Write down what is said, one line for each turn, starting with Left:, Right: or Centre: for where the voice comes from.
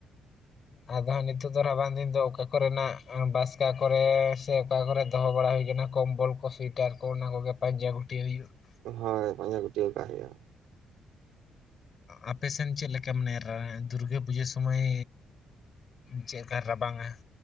Left: ᱟᱫᱚ ᱦᱟᱜ ᱱᱤᱛᱚᱜ ᱫᱚ ᱨᱟᱵᱟᱝ ᱫᱤᱱ ᱫᱚ ᱚᱠᱟ ᱠᱚᱨᱮᱱᱟᱜ ᱵᱟᱥᱠᱟ ᱠᱚᱨᱮ ᱥᱮ ᱚᱠᱟ ᱠᱚᱨᱮ ᱾ ᱫᱚᱦᱚ ᱵᱟᱲᱟ ᱦᱩᱭ ᱠᱟᱱᱟ ᱠᱚᱢᱵᱚᱞ ᱠᱚ ᱥᱩᱭᱮᱴᱟᱨ ᱠᱚ ᱚᱱᱟ ᱠᱚᱜᱮ ᱯᱟᱸᱡᱟ ᱜᱷᱩᱴᱤ ᱦᱩᱭᱩᱜ ᱾
Right: ᱦᱚᱭ ᱯᱟᱸᱡᱟ ᱜᱚᱴᱤᱭᱟᱹᱣ ᱠᱟᱜ ᱦᱚᱭᱟ ᱾
Left: ᱟᱯᱮ ᱥᱮᱱ ᱪᱮᱜ ᱞᱮᱠᱟᱢ ᱢᱟᱱᱮ ᱨᱟᱹᱭ ᱫᱩᱨᱜᱟᱹ ᱯᱩᱡᱟᱹ ᱥᱚᱢᱚᱭ ᱪᱮᱫᱠᱟ ᱨᱟᱵᱟᱝᱟ ᱾